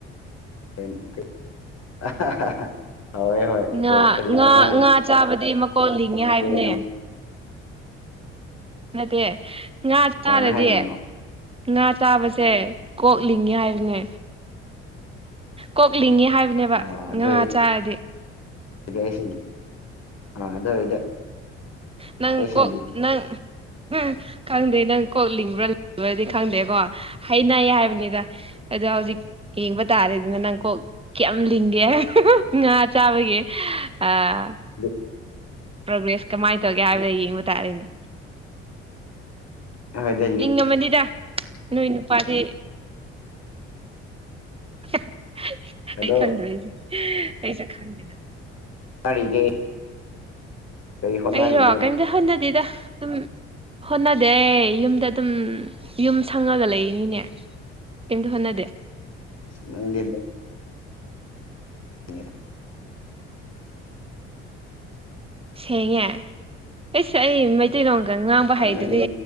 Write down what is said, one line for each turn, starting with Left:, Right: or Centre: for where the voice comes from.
Left: <unintelligible> ꯍꯣꯏ ꯍꯣꯏ
Right: ꯉꯥ
Left: ꯑꯗꯣ ꯀꯔꯤ
Right: ꯉꯥ
Left: ꯍꯣꯠꯅꯔꯤꯒꯦ
Right: ꯉꯥ ꯆꯥꯕꯗꯤ ꯃꯀꯣꯛ ꯂꯤꯡꯉꯦ ꯍꯥꯏꯕꯅꯦ
Left: ꯅꯪ
Right: ꯅꯠꯇꯦ ꯉꯥ ꯆꯥꯔꯗꯤ
Left: ꯀꯅꯥꯅ ꯍꯥꯏꯔꯤꯅꯣ
Right: ꯉꯥ ꯆꯥꯕꯁꯦ ꯀꯣꯛꯂꯤꯡꯉꯦ ꯍꯥꯏꯕꯅꯦ ꯀꯣꯛꯂꯤꯉꯦ ꯍꯥꯏꯕꯅꯦꯕ
Left: ꯑꯣ ꯑꯗꯨ
Right: ꯉꯥ
Left: ꯑꯣꯏꯔꯗꯤ
Right: ꯆꯥꯔꯗꯤ
Left: <unintelligible>
Right: ꯅꯪ
Left: ꯑꯩꯁꯨ
Right: ꯀꯣꯛ ꯅꯪ ꯅꯪ ꯈꯪꯗꯦ ꯅꯪ ꯀꯣꯛ ꯂꯤꯡꯕ꯭ꯔꯥ <unintelligible> ꯈꯪꯗꯦꯀꯣ ꯍꯩꯅꯩ ꯍꯥꯏꯕꯅꯤꯗ ꯑꯗꯨ ꯍꯧꯖꯤꯛ ꯌꯦꯡꯕ ꯇꯥꯔꯦꯗꯅ ꯅꯪ ꯀꯣꯛ ꯀꯌꯥꯝ ꯂꯤꯡꯒꯦ <unintelligible> ꯉꯥ ꯆꯥꯕꯒꯤ ꯑꯥ
Left: <unintelligible>
Right: ꯄ꯭ꯔꯕꯦꯁ ꯀꯃꯥꯏꯅ ꯇꯧꯒꯦ ꯍꯥꯏꯕꯗ ꯌꯦꯡꯕ ꯇꯥꯔꯤꯅꯦ
Left: ꯍꯣꯏꯗ ꯂꯤꯡ
Right: ꯍꯤꯡꯉꯝꯃꯅꯤꯗ ꯅꯣꯏ ꯅꯨꯄꯥꯗꯤ <unintelligible>
Left: ꯑꯗꯣ
Right: ꯑꯩ ꯈꯪꯗꯔꯦ ꯑꯩꯁꯨ ꯈꯪꯗꯦ
Left: ꯀꯥꯏꯂꯩꯒꯦ ꯍꯣꯠꯅꯔꯤꯒꯦꯕ
Right: ꯑꯩꯔꯣ ꯀꯩꯝꯇ ꯍꯣꯠꯅꯗꯦꯗꯥ ꯑꯗꯨꯝ ꯍꯣꯠꯅꯗꯦ ꯌꯨꯝꯗ ꯑꯗꯨꯝ ꯌꯨꯝ ꯁꯪꯉꯒ ꯂꯩꯔꯤꯅꯤꯅꯦ ꯀꯦꯝꯇ ꯍꯣꯠꯅꯗꯦ
Left: <unintelligible> <unintelligible>
Right: ꯁꯦꯡꯉꯦ ꯑꯩꯁꯦ ꯑꯩ ꯃꯩꯇꯩꯂꯣꯟꯒ ꯉꯥꯡꯕ
Left: ꯍꯣꯏ
Right: ꯍꯩꯗꯨꯗꯤ
Left: ꯅꯪꯗꯤ